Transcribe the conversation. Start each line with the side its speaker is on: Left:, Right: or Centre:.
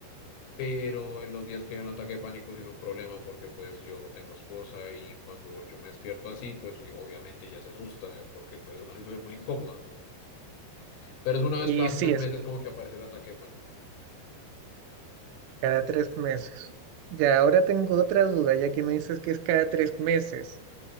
Left: pero en los días que hay un ataque de pánico sí es un problema porque pues yo tengo esposa y cuando yo me despierto así, pues yo- obviamente ya se asusta eh, porque pues es una situación muy incómoda. Pero es una vez
Right: Y
Left: cada
Right: sí,
Left: tres
Right: es
Left: meses como que aparece el ataque de pánico.
Right: cada tres meses. Ya ahora tengo otra duda, ya que me dices que es cada tres meses.